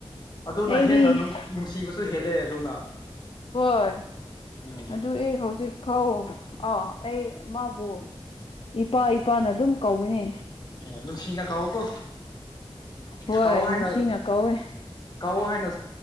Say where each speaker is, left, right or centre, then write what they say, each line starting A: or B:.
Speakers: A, on the left (about 40°); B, on the left (about 60°).
A: ꯑꯗꯨꯅ
B: ꯑꯩꯗꯤ
A: ꯍꯦꯟꯅ ꯅꯨꯡꯁꯤꯕꯁꯨ ꯍꯦꯜꯂꯦ ꯑꯗꯨꯅ
B: ꯍꯣꯏ
A: ꯎꯝ
B: ꯑꯗꯨ ꯑꯩ ꯍꯧꯖꯤꯛ ꯐꯥꯎ ꯑꯥꯎ ꯑꯩ ꯃꯥꯕꯨ ꯏꯄꯥ ꯏꯄꯥꯅ ꯑꯗꯨꯝ ꯀꯧꯕꯅꯦ
A: ꯑꯣ ꯅꯨꯡꯁꯤꯅ ꯀꯧꯋꯣ ꯀꯣ
B: ꯍꯣꯏ
A: ꯀꯧꯑꯣ ꯍꯥꯏꯅ
B: ꯅꯨꯡꯁꯤꯅ ꯀꯧꯋꯦ
A: ꯀꯧꯑꯣ ꯍꯥꯏꯅ